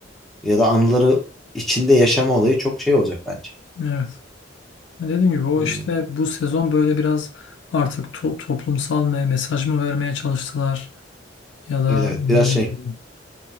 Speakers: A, in the centre; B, on the left.
A: ya da anıları içinde yaşama olayı çok şey olacak bence.
B: Evet. Ya Dediğim gibi o
A: Hmm,
B: işte bu sezon böyle biraz artık to- toplumsal me- mesaj mı vermeye çalıştılar ya da
A: Evet evet
B: ne
A: biraz şey.
B: bileyim